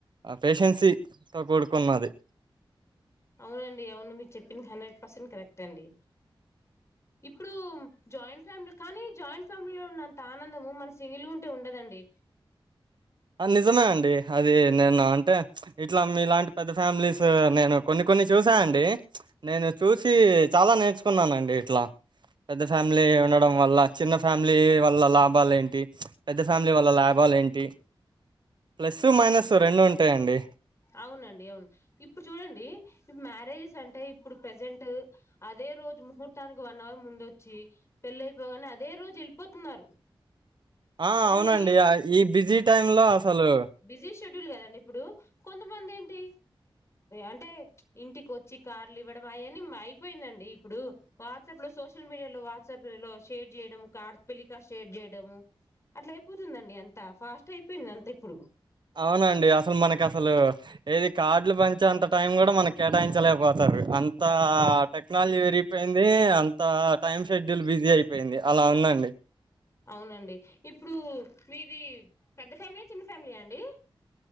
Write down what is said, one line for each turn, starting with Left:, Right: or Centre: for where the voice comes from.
Right: పేషెన్సీతో కూడుకున్నది.
Left: అవునండి. అవును మీరు చెప్పింది హండ్రెడ్ పర్సెంట్ కరెక్ట్ అండి. ఇప్పుడు జాయింట్ ఫ్యామిలీ కానీ జాయింట్ ఫ్యామిలీ లో ఉన్నంత ఆనందము మన సింగిల్ ఉంటే ఉండదండి.
Right: నిజమే అండి అది నేను అంటే ఇట్లా మీలాంటి పెద్ద ఫ్యామిలీస్ నేను కొన్ని కొన్ని చూసానుండి నేను చూసి చాలా నేర్చుకున్నానుండి ఇట్లా పెద్ద ఫ్యామిలీ ఉండడం వల్ల చిన్న ఫ్యామిలీ వల్ల లాభాలు ఏంటి పెద్ద ఫ్యామిలీ వల్ల లాభాలు ఏంటి ప్లస్ మైనస్
Left: ఇప్
Right: రెండు ఉంటాయండి
Left: అవునండి అవును ఇప్పుడు చూడండి మ్యారేజ్ అంటే ఇప్పుడు ప్రజెంట్ అదే రోజు ముహూర్తానికి వన్ అవర్ ముందు వచ్చి పెళ్లి అయిపోగానే అదే రోజు వెళ్ళిపోతున్నారు.
Right: ఆ
Left: కానీ
Right: అవునండి ఈ బిజీ టైమ్ లో అసలు
Left: ఇ షెడ్యూల్ కదండి ఇప్పుడు కొంతమంది ఏంటి అంటే ఇంటికి వచ్చి కార్లు ఇవ్వడం అవన్న అయిపోయిందండి. ఇప్పుడు వాట్సాప్ లో సోషల్ మీడియా లో వాట్సాప్ లో షేర్ చేయడం కార్ పెలికార్స్ట్ షేర్ చేయడము అట్లా అయిపోతుందండి అంత ఫాస్ట్ అయిపోయింది అంత ఇప్పుడు.
Right: అవునండి అసలు మనకు అసలు ఏది కార్డ్లు పంచేంత టైం కూడా మనకి కేటాయించలేకపోతార్రు. అంత టెక్నాలజీ పెరిగిపోయింది. అంత టైం షెడ్యూల్ బిజీ అయిపోయింది. అలా ఉందండి.
Left: అవునండి. ఇప్పుడు మీది పెద్ద ఫ్యామిలీయా చిన్న ఫ్యామిలీయా అండి